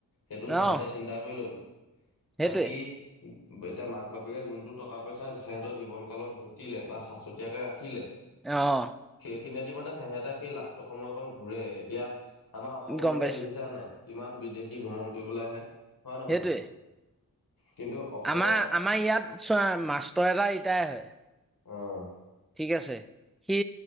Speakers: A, on the left; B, in the centre.
A: সেইটো সিহেঁতে
B: অহ
A: চিন্তা কৰি ল'ব,
B: সেইটোৱে
A: বাকী এতিয়া, মাক-বাপেকে যোনটো, টকা-পইচা সিহঁতৰ জীৱনকালত ঘটিলে বা সাঁচতীয়াকৈ ৰাখিলে
B: অ'।
A: সেইখিনিয়ে দি মানে, সেহেঁতে সেই লাষ্ট সময়কণ ঘূৰে, এতিয়া আমাৰ অসমলৈকে
B: গম পাইছোঁ
A: দেখিছা নাই। কিমান বিদেশী ভ্ৰমণ কৰিবলৈ আহে, হয় নহয়।
B: সেইটোৱে
A: কিন্তু অসমৰ
B: আমাৰ,
A: পৰা
B: আমাৰ ইয়াত চোৱা, মাষ্টৰ এটা ৰিটায় হয়।
A: আহ
B: ঠিক আছে, সি